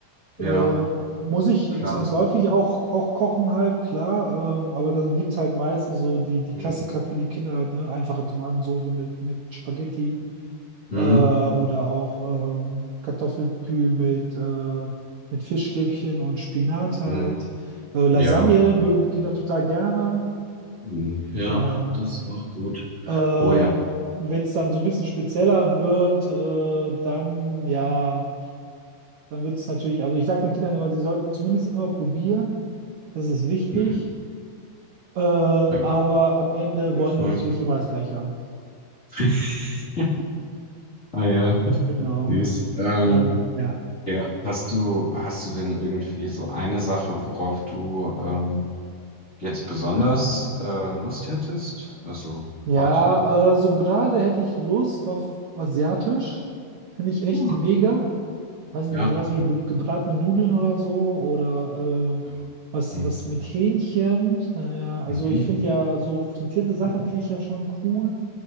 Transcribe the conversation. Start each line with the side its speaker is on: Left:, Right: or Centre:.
Left: Ja,
Right: äh, äh, muss ich
Left: klar.
Right: zwangsläufig auch, auch kochen halt, klar. Äh, aber dann gibt es halt meistens so die, die
Left: Voll.
Right: Klassiker für die Kinder halt, ne? Einfache Tomatensoße mit, mit Spaghetti
Left: Mhm.
Right: äh, oder auch ähm, Kartoffelpü mit, äh, mit Fischstäbchen und Spinat halt.
Left: Mhm.
Right: Äh, Lasagne
Left: Ja.
Right: mögen die Kinder total gerne.
Left: Mhm. Ja,
Right: Daher.
Left: das ist auch gut.
Right: Äh,
Left: Oh ja.
Right: wenn es dann so ein bisschen spezieller wird, äh, dann ja dann wird es natürlich, also ich sage den Kindern immer, sie sollten zumindest immer probieren, das ist wichtig,
Left: Mhm.
Right: äh, aber
Left: Danke.
Right: am Ende
Left: Ja,
Right: wollen die
Left: Voll.
Right: natürlich immer das Gleiche haben.
Left: <laughs> Ah ja,
Right: Genau.
Left: süß. Ähm,
Right: Ja, ja.
Left: ja. Hast du, hast du denn irgendwie so eine Sache, worauf du ähm, jetzt besonders äh, Lust hättest? Also
Right: Ja,
Left: heute?
Right: äh, so gerade hätte ich Lust auf Asiatisch, finde ich echt
Left: Hm.
Right: mega. weiß nicht,
Left: Ja.
Right: sowas wie ge gebratene Nudeln oder so oder äh,
Left: Ja.
Right: was,
Left: Mhm.
Right: was mit Hähnchen. Naja, also
Left: Mhm.
Right: ich finde ja so frittierte Sachen
Left: Mhm.
Right: finde ich ja schon cool,